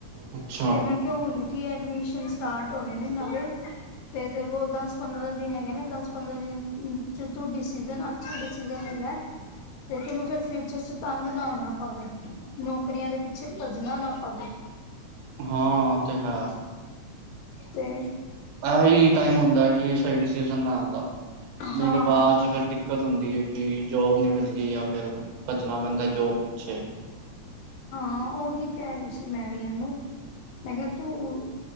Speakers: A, on the right; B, on the left.
A: ਅੱਛਾ
B: ਤੇ ਮੈਂ ਕਿਹਾ ਹੁਣ ਕੀ ਐਡਮਿਸ਼ਨ ਸਟਾਰਟ ਹੋਣੇ ਨੇ ਨਵੇਂ। ਤੇ ਤੇਰੇ ਕੋਲ ਦਸ ਪੰਦਰਾਂ ਦਿਨ ਹੈਗੇ ਨੇ। ਦਸ ਪੰਦਰਾਂ ਦਿਨ ਚ ਤੂੰ ਡਿਸੀਜ਼ਨ ਅੱਛਾ ਡਿਸੀਜਨ ਲੈ ਲੈ ਤੇ ਤੈਨੂੰ ਫਿਰ ਫਿਊਚਰ ਚ ਤੰਗ ਨਾ ਹੋਣਾ ਪਵੇ ਨੌਕਰੀਆਂ ਦੇ ਪਿੱਛੇ ਭੱਜਣਾ ਨਾ ਪਵੇ।
A: ਹਾਂ ਤੇ ਹੈ
B: ਤੇ
A: ਐਹੀ ਟਾਈਮ ਹੁੰਦਾ ਕਿ ਸਹੀ ਡਸੀਜ਼ ਲੈਣ ਦਾ ਨਹੀਂ
B: ਹਾਂ
A: ਤਾਂ ਬਾਅਦ
B: ਉਹੀ
A: ਚ ਫੇਰ ਦਿੱਕਤ ਹੁੰਦੀ ਹੈ ਕਿ ਜੋਬ ਨਹੀਂ ਮਿਲਦੀ। ਆਪ ਫਿਰ ਭੱਜਣਾ ਪੈਂਦਾ ਜੋ ਪਿੱਛੇ।
B: ਹਾਂ ਉਹੀ ਕਹਿ ਰਹੀ ਸੀ ਮੈਂ ਵੀ ਇਹਨੂੰ ਮੈਂ ਕਿਹਾ ਤੂੰ